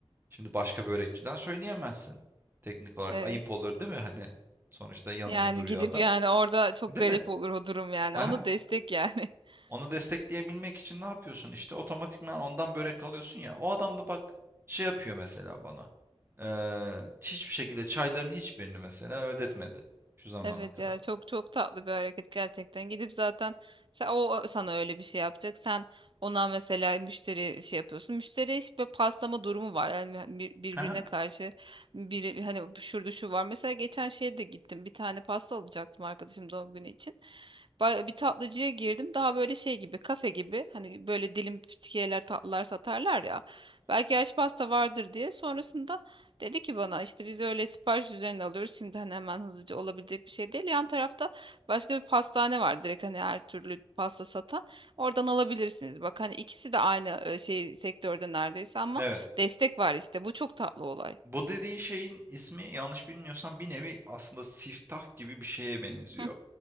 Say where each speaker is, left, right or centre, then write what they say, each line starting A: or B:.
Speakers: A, on the right; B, on the right.
A: şimdi başka börekçiden söyleyemezsin. Teknik olarak
B: Evet.
A: ayıp olur değil mi? Hani sonuçta yanında
B: Yani
A: duruyor
B: gidip
A: adam.
B: yani orada çok
A: Değil
B: garip
A: mi?
B: olur o durum yani.
A: Aha.
B: Onu destek yani. <laughs>
A: Onu destekleyebilmek için ne yapıyorsun işte? Otomatikman ondan börek alıyorsun ya. O adam da bak şey yapıyor mesela bana. Eee, hiçbir şekilde çayların hiçbirini mesela ödetmedi şu zamana
B: Evet
A: kadar.
B: ya çok çok tatlı bir hareket gerçekten. Gidip zaten sen, o o sana öyle bir şey yapacak. Sen ona mesela müşteri şey yapıyorsun. Müşteri işte paslama durumu var. Yani bir- birbirine
A: Hı hı,
B: karşı biri hani şurada şu var. Mesela geçen şeye de gittim. Bir tane pasta alacaktım arkadaşım doğum günü için. Ba- Bir tatlıcıya girdim. Daha böyle şey gibi, kafe gibi. Hani böyle dilim pütkiyeler, tatlılar satarlar ya. Belki yaş pasta vardır diye. Sonrasında Dedi ki bana işte biz öyle sipariş üzerine alıyoruz. Şimdi hani hemen hızlıca olabilecek bir şey değil. Yan tarafta başka bir pastane var. Direkt hani her türlü pasta satan. Oradan alabilirsiniz. Bak hani ikisi de aynı e, şey sektörde neredeyse ama
A: Evet.
B: destek var işte. Bu çok tatlı olay.
A: Bu dediğin şeyin ismi yanlış bilmiyorsam bir nevi aslında siftah gibi bir şeye benziyor.
B: Hı